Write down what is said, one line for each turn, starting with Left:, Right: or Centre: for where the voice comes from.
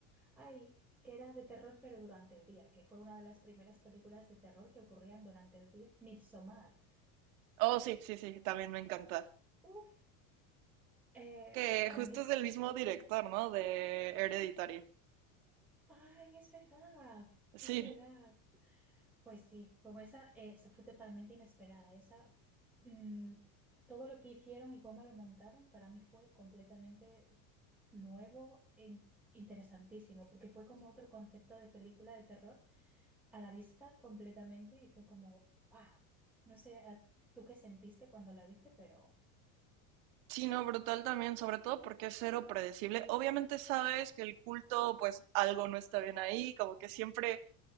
Centre: Ay, que era de terror pero durante el día, que fue una de las primeras películas de terror que ocurrían durante el día, Midsommar.
Right: Oh, sí, sí, sí, también me encanta.
Centre: Uf, eh,
Right: Que
Centre: para
Right: justo
Centre: mí
Right: es del mismo director, ¿no? De Hereditario.
Centre: Ay, es verdad, es
Right: Sí,
Centre: verdad. Pues sí, como esa, eh, esa fue totalmente inesperada. Esa, mm, todo lo que hicieron y cómo lo montaron para mí fue completamente nuevo e interesantísimo, porque fue como otro concepto de película de terror a la vista completamente y fue como, wow. No sé, a- tú qué sentiste cuando la viste, pero
Right: sí, no, brutal también, sobre todo porque es cero predecible. Obviamente sabes que el culto, pues algo no está bien ahí, como que siempre